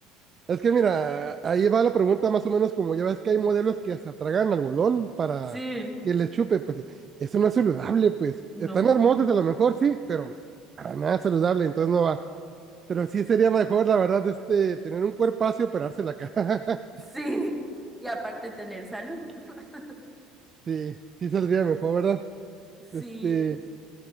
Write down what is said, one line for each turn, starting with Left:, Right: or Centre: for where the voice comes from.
Right: Es que mira, ahí va la pregunta más o menos como ya ves que hay modelos que hasta tragan algodón para
Centre: Sí,
Right: que les chupe, pues eso no es saludable, pues
Centre: No.
Right: están hermosos a lo mejor sí, pero para nada saludable, entonces no va. Pero sí sería mejor, la verdad, este, tener un cuerpazo y operarse la cara. <laughs>
Centre: sí. Y aparte tener salud. <laughs>
Right: Sí, sí saldría mejor, ¿verdad?
Centre: Sí.
Right: Este,